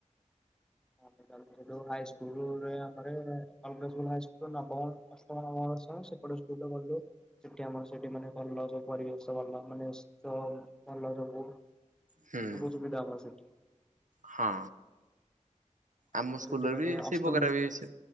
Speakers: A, in the centre; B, on the right.
A: ହଁ ସେ ହାଇସ୍କୁଲରେ ଆମରେ ଅଲଗା ସ୍କୁଲ ହାଇ ସ୍କୁ ନବମ ଅଷ୍ଟମ ନବମ ଦଶମ ସେପଟେ ସ୍କୁଲ ଟାକୁ ଗଲୁ। ସେଠି ଆମର ସେଠି ମାନେ ଭଲ ସବୁ ପରିବେଶ ଭଲ ମାନେ ସ ଭଲ ସବୁ।
B: ହୁଁ
A: ସବୁ ସୁବିଧା ଆମର ସେଠି।
B: ହଁ। ଆମ
A: ଆମର
B: ସ୍କୁଲରେ
A: ସେଠି ମାନେ
B: ବି ସେଇ
A: ଅଷ୍ଟମରେ
B: ପକରା ବି ଅଇଛ।